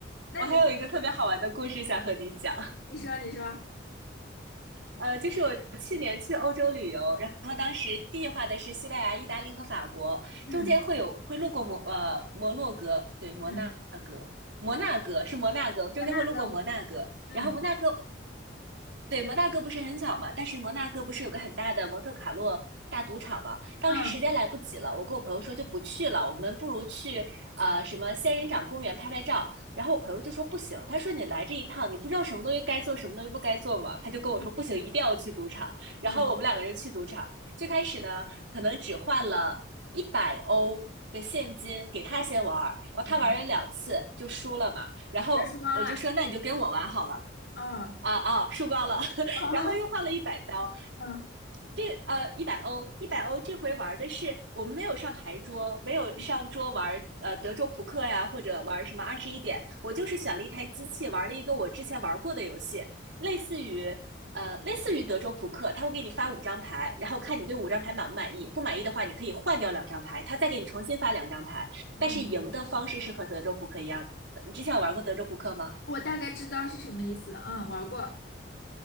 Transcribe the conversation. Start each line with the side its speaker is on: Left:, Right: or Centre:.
Left: 那你
Right: 我还有一个特别好玩的故事想和你讲。
Left: 你说你说，
Right: 呃，就是我去年去欧洲旅游，然后当时计划的是西班牙、
Left: 嗯
Right: 意大利和法国，
Left: 嗯
Right: 中间会有会路过摩呃摩洛哥，对，摩纳哥，
Left: 嗯
Right: 摩纳哥是摩纳哥，中间会路过摩纳哥，
Left: 我那个嗯
Right: 然后摩纳哥，对，摩纳哥不是很小嘛，但是摩纳哥不是有个很大的蒙特卡洛大赌场嘛？当时时间来不及了，
Left: 嗯
Right: 我跟我朋友说就不去了，我们不如去呃什么仙人掌公园拍拍照。然后我朋友就说不行，他说你来这一趟，你不知道什么东西该做，什么东西不该做嘛。他就跟我说不行，
Left: 嗯
Right: 一定要去赌场。然后我们两个人去赌场，
Left: 嗯
Right: 最开始呢，可能只换了一百欧的现金给他先玩然后他玩了两次就输了嘛。
Left: 嗯，
Right: 然后我就说那你就跟我玩好了。
Left: 全输光了。哦
Right: 啊啊，输光了，<laughs>
Left: 哦，
Right: 然后又换了一百刀，
Left: 嗯，
Right: 这呃一百欧，一百欧这回玩的是我们没有上牌桌，没有上桌玩呃德州扑克呀，
Left: 嗯
Right: 或者玩什么二十一点，我就是选了一台机器玩了一个我之前玩过的游戏，类似于呃类似于德州扑克，他会给你发五张牌，然后看你对五张牌满不满意，不满意的话你可以换掉两张牌，他再给你重新发两张牌，但是赢的方式是和德州扑克一样的。
Left: 嗯
Right: 你之前有玩过德州扑克吗？
Left: 我大概知道是什么意思。嗯，玩过。